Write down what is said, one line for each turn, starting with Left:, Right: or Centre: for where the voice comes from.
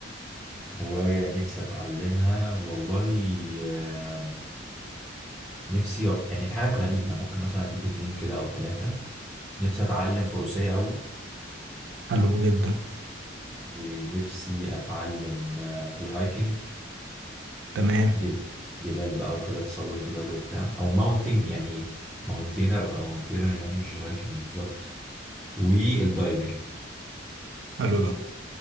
Centre: هواية نفسي اتعلمها والله آه، نفسي يعني في حاجات غريبة ممكن مثلا اديك اتنين كده او تلاتة نفسي اتعلم فروسية قوي
Right: حلو جدا
Centre: ونفسي اتعلم آه، الهايكنج
Right: تمام
Centre: جب... جبال بقى وكده تسلق جبال وبتاع او ماونتينج يعني ماونتينر ابقى ماونتينر يعني مش الهايكنج بالظبط والدايفنج
Right: حلو ده